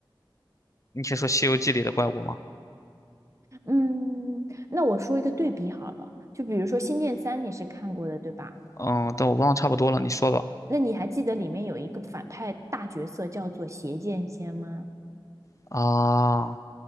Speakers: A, on the left; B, on the right.
A: 你先说《西游记》里的怪物吗？
B: 嗯，那我说一个对比好了，就比如说《仙剑三》，你是看过的对吧？
A: 嗯，但我忘了差不多了，你说吧。
B: 那你还记得里面有一个反派大角色叫做邪剑仙吗？
A: 啊